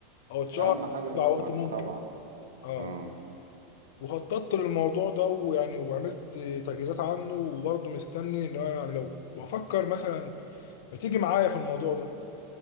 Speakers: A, on the left; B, on the right.
A: او اتشهر
B: اهم
A: في
B: حاجه
A: اسرع
B: اسمك
A: وقت ممكن
B: طبعا
A: اه
B: اه
A: وخططت للموضوع ده ويعني وعملت تجهيزات عنه وبرضه مستني ان انا يعني لو بفكر مثلا ما تيجي معايا في الموضوع ده